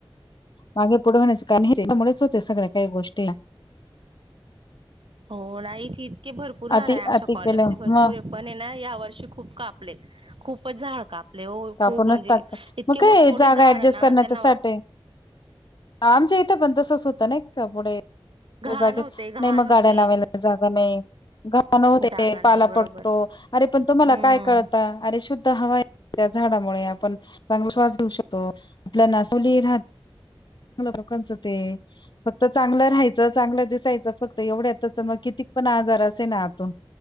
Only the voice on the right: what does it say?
हो नाही इथं इतके भरपूर झाडं
ये आमच्या
कॉलेनि
मध्ये भरपूर पण ने ना, या वर्षी खूप कापले, खूपच झाड काप आपले ओ
खूप, म्हणजे
इतके
मोठे-मोठे
झाड
ना,
त्यांना
घाण
होते घाण
होते
जागा नाही
बरोबर
हम्म